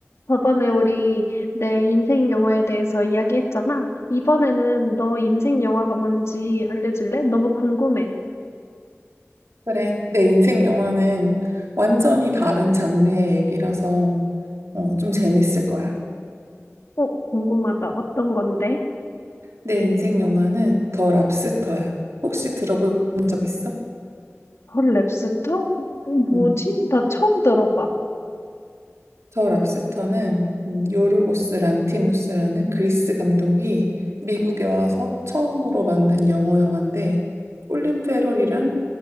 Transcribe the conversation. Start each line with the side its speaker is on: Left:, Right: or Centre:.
Left: 저번에 우리 내 인생 영화에 대해서 이야기했잖아. 이번에는 너 인생 영화가 뭔지 알려줄래? 너무 궁금해.
Right: 그래, 내 인생 영화는 완전히 다른 장르의 얘기라서 어, 좀 재밌을 거야.
Left: 어, 궁금하다. 어떤 건데?
Right: 내 인생 영화는 더 랍스터야. 혹시 들어본 적 있어?
Left: 헐, 랩스터? 음, 뭐지?
Right: 응.
Left: 나 처음 들어봐.
Right: 더 랍스터는 음, 요르고스 란티모스라는 그리스 감독이 미국에 와서 처음으로 만든 영어 영화인데 콜린 페럴이랑